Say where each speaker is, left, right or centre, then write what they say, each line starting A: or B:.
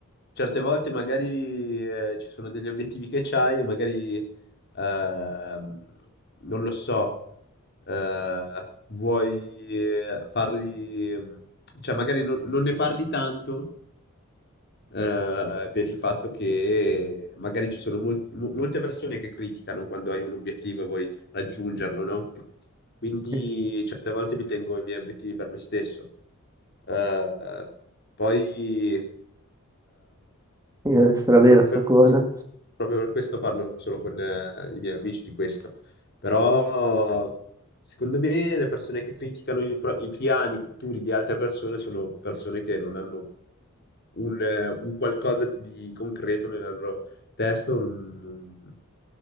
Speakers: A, on the left; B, on the right.
A: certe volte magari eh, ci sono degli obiettivi che c'hai e magari, ehm, non lo so, eh, vuoi eh, farli, cioè magari non non ne parli tanto eh, per il fatto che magari ci sono molti- mo- molte persone che criticano quando hai un obiettivo e vuoi raggiungerlo, no? Quindi
B: Sì.
A: certe volte mi tengo i miei obiettivi per me stesso. Eh, poi eh,
B: È stravera
A: proprio
B: sta cosa.
A: per proprio per questo parlo solo con eh, i miei amici di questo. Però secondo me le persone che criticano i, pro- i piani futuri di altre persone sono persone che non hanno un, eh, un qualcosa di concreto nella loro testa o non, non-